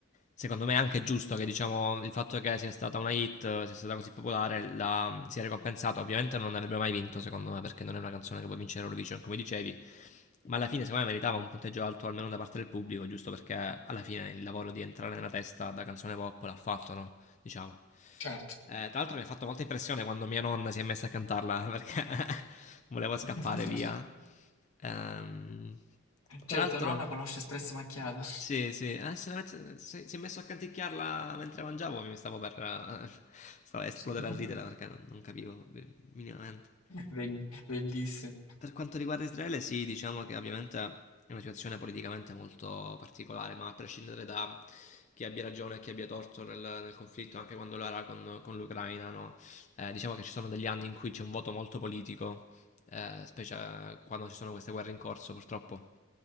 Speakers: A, on the left; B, on the left.
A: secondo me è anche giusto che diciamo il fatto che sia stata una hit, sia stata così popolare, la, sia ricompensata. Ovviamente non avrebbe mai vinto, secondo me, perché non è una canzone che può vincere Eurovision, come dicevi. Ma alla fine, secondo me, meritava un punteggio alto almeno da parte del pubblico, giusto perché alla fine il lavoro di entrare nella testa da canzone pop l'ha fatto, no? diciamo.
B: certo.
A: Eh, tra l'altro mi ha fatto molta impressione quando mia nonna si è messa a cantarla perché <laughs> volevo scappare
B: <laughs>
A: via. Ehm,
B: Cioè,
A: tra l'altro,
B: tua nonna conosce Espresso Macchiato.
A: sì, sì, eh, se la met- se- si è messo a canticchiarla mentre mangiavo, mi stavo per eh, stavo a esplodere
B: <laughs>
A: a ridere perché non, non capivo minimamente.
B: Bell- Bellissimo.
A: Per quanto riguarda Israele, sì, diciamo che ovviamente è una situazione politicamente molto particolare, ma a prescindere da chi abbia ragione e chi abbia torto nel, nel conflitto, anche quando lo era con, con l'Ucraina, no? Eh, diciamo che ci sono degli anni in cui c'è un voto molto politico, eh, specie quando ci sono queste guerre in corso, purtroppo.